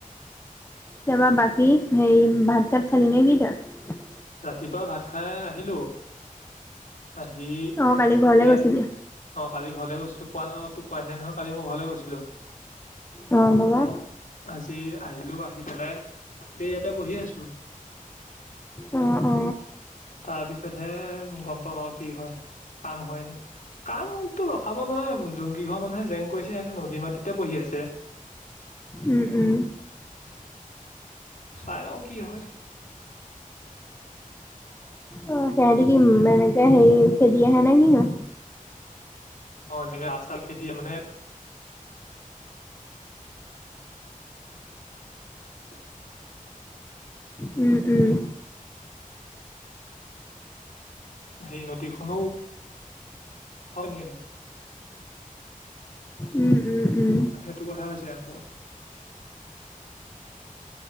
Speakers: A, on the left (about 15°); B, on the left (about 65°).
A: তাৰাপা বাকী হেৰি ভাত চাত খালি নে কি তই‌‌?
B: ৰাতিপুৱা ভাত খাই আহিলোঁ আহি এতিয়া
A: অ কালি ঘৰলে গৈছিলি
B: অ কালি ঘৰলৈ গৈছিলো কোৱা ন তো কোৱাই নাই নহয় কালি মই ঘৰলৈ গৈছিলো
A: অ
B: তাৰ
A: বাবা
B: পৰা আজি আহিলো, আহি পেলাই এ ইয়াতে বহি আছো।
A: অ অ।
B: তাৰ পিছতহে গম পাম আৰু কি হয় কাম হয় ন। কামতো ৰখাব নোৱাৰে, যোন কেইঘৰ মানুহে জেং কৰিছে সিহঁতে নদী মাটিতে বহি আছে।
A: উম উম।
B: চাইলও কি হয়।
A: অ ক দ কি মানে ক সে উ খে দিয় হে ন কি <unintelligible>
B: অ এনেকে আচাৰ খেতিয়ে মানে, <unintelligible>
A: উম উম।
B: সেই নদীখনো হয় নিয়ে।
A: উম উম উম
B: সেইটো কথা হৈছে আকৌ।